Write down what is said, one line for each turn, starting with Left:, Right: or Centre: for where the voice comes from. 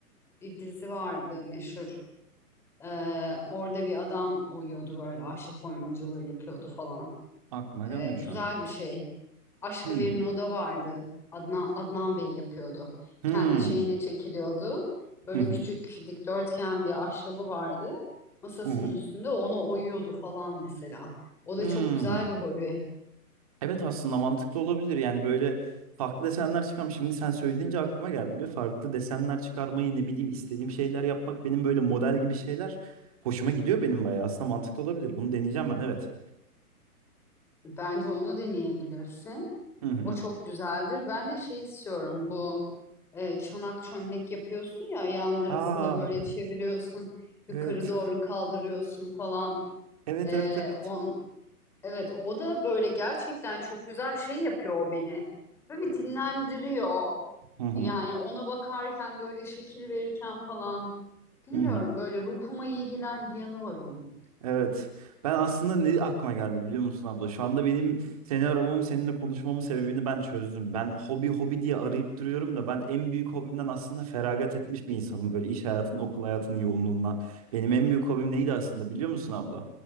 Centre: bir dizi vardı meşhur. Ee, orada bir adam oyuyordu böyle ahşap oymacılığı yapıyordu falan.
Right: aklıma gelmedi
Centre: Ee, güzel
Right: şu an.
Centre: bir şey. Aşk-ı
Right: Hmm.
Centre: Memnu'da vardı. Adnan, Adnan Bey yapıyordu.
Right: Hmm.
Centre: Kendi şeyine çekiliyordu. Böyle
Right: Hı hı.
Centre: küçük dikdörtgen bir ahşabı vardı. Masasının
Right: Hı hı.
Centre: üstünde onu oyuyordu falan mesela. O
Right: Hmm.
Centre: da çok güzel bir hobi.
Right: Evet aslında mantıklı olabilir. Yani böyle farklı desenler çıkarmış. Şimdi sen söyleyince aklıma geldi. Bir farklı desenler çıkarmayı ne bileyim istediğim şeyler yapmak benim böyle model gibi şeyler hoşuma gidiyor benim bayağı. Aslında mantıklı olabilir. Bunu deneyeceğim ben evet.
Centre: Bence onu deneyebilirsin.
Right: Hı hı.
Centre: O çok güzeldir. Ben de şey istiyorum bu e, çanak çömlek yapıyorsun ya ayağın arasında
Right: Aa
Centre: böyle çeviriyorsun
Right: evet.
Centre: yukarı doğru kaldırıyorsun falan.
Right: Evet
Centre: E,
Right: evet evet.
Centre: on, evet o da böyle gerçekten çok güzel şey yapıyor o beni. Böyle bir dinlendiriyor.
Right: Hı hı.
Centre: Yani ona bakarken böyle şekil verirken falan bilmiyorum
Right: Hı hı.
Centre: böyle ruhuma iyi gelen bir yanı var onun.
Right: Evet. Ben aslında ne aklıma geldi biliyor musun abla? Şu anda benim seni aramamın, seninle konuşmamın sebebini ben çözdüm. Ben hobi hobi diye arayıp duruyorum da ben en büyük hobimden aslında feragat etmiş bir insanım. Böyle iş hayatının, okul hayatının yoğunluğundan. Benim en büyük hobim neydi aslında biliyor musun abla?